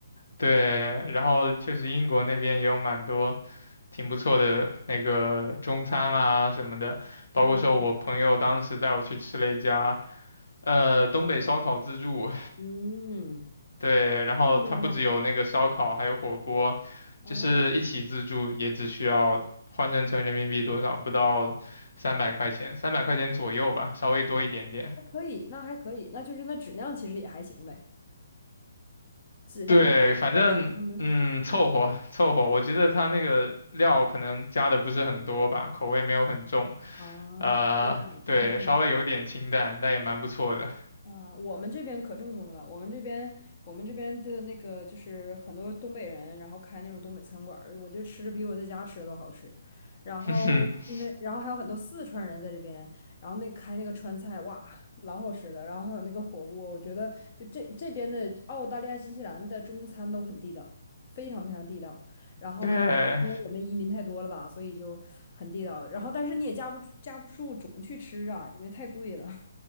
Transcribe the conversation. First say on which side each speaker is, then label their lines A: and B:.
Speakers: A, on the left; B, on the left.
A: 对，然后确实英国那边也有蛮多挺不错的那个中餐啊什么的，包括说我朋友当时带我去吃了一家
B: 嗯
A: 呃东北烧烤自助，
B: 嗯。
A: 对，然后它不只有那个烧烤，
B: 正冰吗？
A: 还有火锅，
B: 啊，
A: 就是一起自助也只需要换算成人民币多少，不到三百块钱，三百块钱左右吧，稍微多一点点。
B: 还可以，那还可以，那就是那质量其实也还行呗，质量就还质量呢？
A: 对，反正嗯，凑合凑合。我觉得它那个料可能加的不是很多吧，口味没有很重，
B: 啊，
A: 呃，
B: 就是也不太正宗。
A: 对，稍微有点清淡，但也蛮不错的。
B: 啊、我们这边可正宗了。我们这边，我们这边的那个就是很多东北人，然后开那种东北餐馆儿我觉得吃着比我在家吃的都好吃。然后，
A: <laughs>
B: 因为然后还有很多四川人在这边，然后那开那个川菜，哇，老好吃了。然后还有那个火锅，我觉得就这这边的澳大利亚、新西兰的中餐都很地道，非常非常地道。然后可能因为我们移民太多了吧，
A: 对，
B: 所以就很地道。然后但是你也架不架不住总去吃啊，因为太贵了。